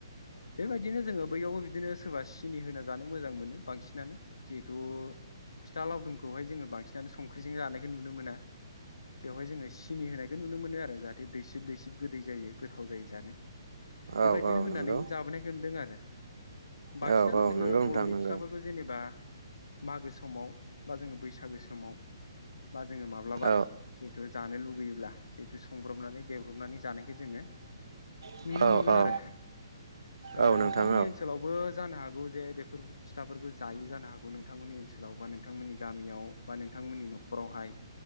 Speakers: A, on the left; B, on the right.
A: बेबायदिनो जोङो बैयावबो बि दिनो सोरबा सिनि होना जानो मोजां मोनो बांसिनानो। जिहेथु फिथा लावदुमखौ बेहाय जोङो बांसिनानो संख्रिजों जानायखौ नुनो मोनो। बेवहाय जोङो सिनि होनायखौ नुनो मोनो आरो जाहाथे दैसिब-दैसिब गोदै जायो। गोथाव जायो जानो
B: औ
A: बेबायदिनो
B: औ
A: होननानै
B: नंगौ
A: जाबोनायखौ नुदों आरो। बांसिनानो
B: औ औ
A: जोङो
B: नंगौ
A: बर'नि
B: नोंथां नंगौ
A: फिथाफोरखौ जेनेबा मागो समाव बा जोङो बैसागो समाव बा जोङो माब्लाबा
B: औ
A: जिहेथु जानो लुुबैयोब्ला जिहेथु सं ब्रबनानै देब्रबनानै जानायखौ जोङो
B: औ
A: नुनो
B: औ
A: मोनगोन
B: औ
A: आरो। ओ
B: औ
A: नोंथांमोननि
B: नोंथां औ
A: ओनसोलावबो जानो हागौ जे बेफोर फिथाफोरखौ जायै जानो हागौ नोंथांमोननि ओनसोलाव बा नोंथांमोननि गामियाव बा नोंथांमोननि न'खरावहाय।